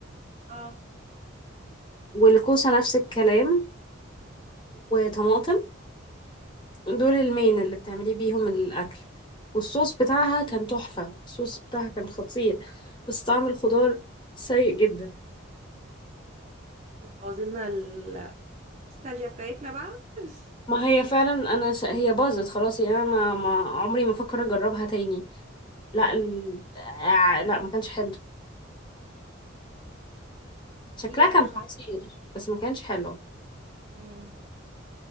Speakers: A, on the right; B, on the left.
A: اه
B: والكوسه نفس الكلام وطماطم دول المين اللي بتعملي بيهم الاكل والصوص بتاعها كان تحفه الصوص بتاعها كان خطير بس طعم الخضار سيء جدا
A: بوظ لنا النوستالجيا بتاعتنا بقى قولي
B: ما هي فعلا انا ش... هي باظت خلاص يعني انا ما... ما عمري ما فكر اجربها تاني لا ال... آه، لا ما كانش حلو شكلها
A: لي انا
B: كان
A: مش
B: خطير
A: عارفه
B: بس ما كانش حلو
A: امم